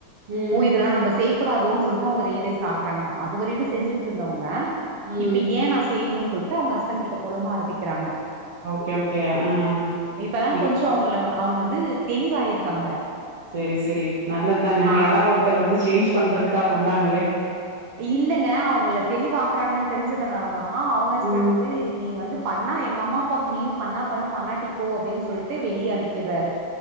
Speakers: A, on the right; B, on the right.
A: ம்
B: ஓ இதெல்லா நம்ப செய் கூடாதோனு சொல்ட்டு அவங்க ரியலைஸ் ஆகறாங்க அதுவரையிலு செஞ்சிட்டு இருந்தவங்க
A: ம்
B: இப்ப ஏ நா செய்ணுன் சொல்ட்டு அவங்க ஹஸ்பண்ட் கிட்ட பொலம்ப ஆரம்பிக்கிறாங்க
A: ஓகே ஓகே ஆ
B: இப்பதா
A: இப்
B: கொஞ்ச ஓர்ரளவா அவங்க வந்து தெளிவாயிருக்காங்க
A: சரி சரி நல்லது தான
B: ஆ
A: யாரா ஒருத்தர் வந்து சேஞ்ச் பண்றதுக்காக வந்தா ங்களே
B: இல்லங்க அவங்கள தெளிவாக்குறாங்கன் தெரிஞ்சதுனால தா அவங்க ஹஸ்பண்ட்
A: ம்
B: வந்து நீ வந்து பண்ணா எங்க அம்மா அப்பாக்கு நீயு பண்ணா பண்ணு பண்ணாட்டிப்போ அப்படின் சொல்லிட்டு வெளிய அனுப்பிறாரு